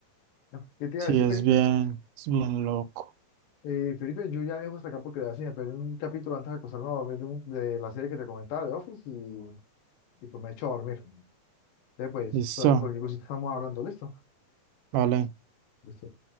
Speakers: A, on the left; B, on the right.
A: No. ¿Qué te
B: Sí,
A: iba a decir,
B: es
A: Felipe?
B: bien, es bien loco.
A: Eh, Felipe, yo ya dejo hasta acá porque así me perdí un capítulo antes de acostarme a dormir de, un- de la serie que te comentaba, de Office, y, y pues me he hecho a dormir. Entonces, pues,
B: Listo,
A: cual- cualquier cosita estamos hablando, ¿listo?
B: vale.
A: Listo.